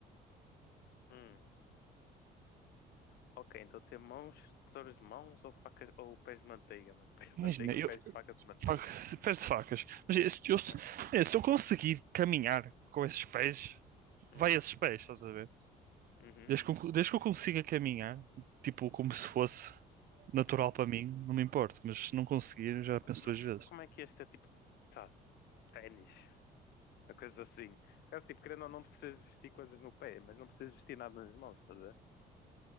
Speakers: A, on the left; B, on the right.
A: Hum, ok, então ter mãos, tesouras de mãos ou faca ou pés de manteiga, mano. <laughs> Pés de manteiga,
B: Imagina, eu
A: pés de faca de manteiga.
B: fa- <laughs> pés de facas. Mas se eu, se
A: Yeah.
B: é, se eu conseguir caminhar com esses pés,
A: Hum,
B: vai esses pés, estás a ver?
A: uhum,
B: Desde que, eu- desde que eu consiga caminhar, tipo, como se fosse natural
A: uhum.
B: para mim, não me importo. Mas se não conseguir, já
A: Ma-
B: penso
A: Mas
B: duas vezes.
A: como é que este é tipo, tá, ténis, uma coisa assim. Caso tipo, querendo ou não, tu precisas de vestir coisas no pé, mas não precisas vestir nada nas mãos, estás a ver?